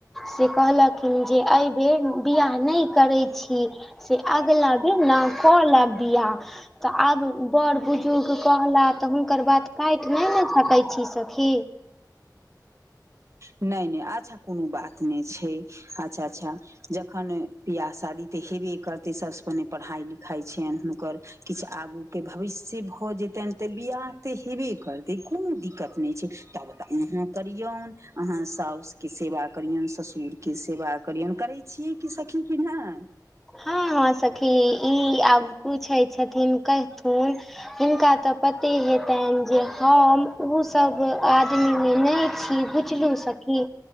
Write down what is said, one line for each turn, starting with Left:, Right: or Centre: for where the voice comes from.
Centre: से कहलखिन जे अइ बेेर बियाह नै करै छी। से अगिला भेल ना कर लाब बिआह तऽ आब बड बुजुर्ग कहला तऽ हुनकर बात काटि नहि ने सकैय छी सखी।
Right: नइ नइ अच्छा कोनो बात नहि छै अच्छा अच्छा जखन बियाह शादी तऽ हेबे करतै सभसँ पहिने पढ़ाइ लिखाइ छियनि हुनकर। किछु आगूके भविष्य भऽ जेतनि तऽ बियाह तऽ हेबे करतै कोनो दिक्कत नहि छै तब त अहाँ करियौन। अहाँ साउस के सेवा करियन ससुरके सेवा करियौन करै छियै कि सखी कि नहि।
Centre: हँ हँ सखी ई आब पूछै छथिन कहथुन हिनका तऽ पते हेतनि जे हम उसभ आदमीमे नहि छी बुझलू सखी।